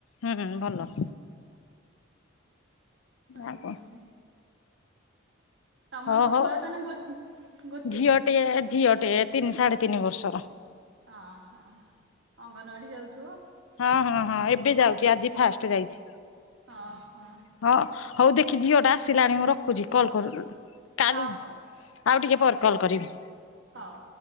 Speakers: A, on the left; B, on the right.
A: ହୁଁ ହୁଁ ଭଲ।
B: ହୁଁ
A: ଆଉ କଣ?
B: ତମର
A: ଓ ହୋ।
B: ଛୁଆ ତାନେ ଗୋ ଗୋଟେ
A: ଝିଅ ଟିଏ ଝିଅ ଟେ ତିନି ସାଢ଼େ ତିନି ବର୍ଷର।
B: ହଁ ହଁ। ଅଙ୍ଗନବାଡ଼ି ଯାଉଥି
A: ହଁ ହଁ ହଁ। ଏବେ ଯାଉଛି ଆଜି ଫାଷ୍ଟ ଯାଇଛି।
B: ଅ ହଁ।
A: ହଁ ହଉ ଦେଖି ଝିଅ ଟା ଆସିଲାଣି ମୁଁ ରଖୁଛି। କଲ୍ କରୁ-କାଲି-ଆଉ
B: ହଉ
A: ଟିକେ ପରେ କଲ୍ କରିବି।
B: ହୋଉ।